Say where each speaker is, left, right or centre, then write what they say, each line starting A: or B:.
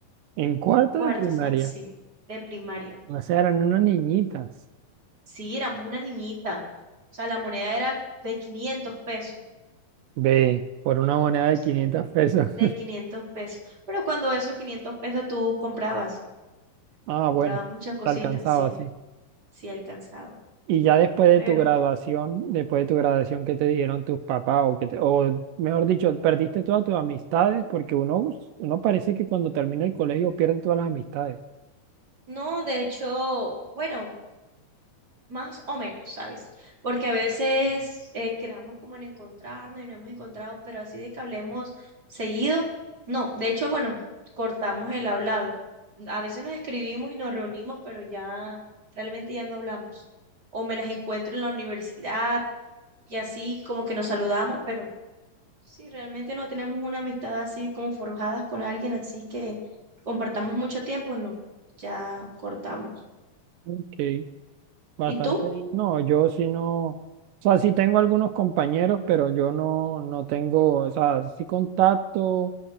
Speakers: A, on the right (about 75°); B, on the right (about 25°).
A: En cuarto
B: En cuarto,
A: de primaria,
B: o sea, sí, de primaria.
A: o sea, eran unas niñitas.
B: Sí, éramos una niñita. O sea, la moneda era de 500 pesos.
A: Ve, por una moneda de
B: Sí,
A: 500 pesos.
B: de
A: <laughs>
B: 500 pesos. Pero cuando esos 500 pesos tú comprabas,
A: Ah,
B: comprabas
A: bueno,
B: muchas cositas,
A: te alcanzaba,
B: sí,
A: sí.
B: sí alcanzaba.
A: Y ya después de
B: Pero
A: tu graduación, después de tu graduación, ¿qué te dijeron tus papás? O, que te- o mejor dicho, perdiste todas tus amistades porque uno, uno parece que cuando termina el colegio pierde todas las amistades.
B: no, de hecho, bueno, más o menos, ¿sabes? Porque a veces eh, quedamos como en encontrarnos y no hemos encontrado, pero así de que hablemos seguido, no. De hecho, bueno, cortamos el hablado. A veces nos escribimos y nos reunimos, pero ya realmente ya no hablamos. O me las encuentro en la universidad y así como que nos saludamos, pero sí, realmente no tenemos una amistad así como forjadas con alguien, así que compartamos mucho tiempo, no. Ya cortamos.
A: Ok. Bastante,
B: ¿Y tú?
A: bien. no, yo sí no, o sea, sí tengo algunos compañeros, pero yo no, no tengo, o sea, sí contacto,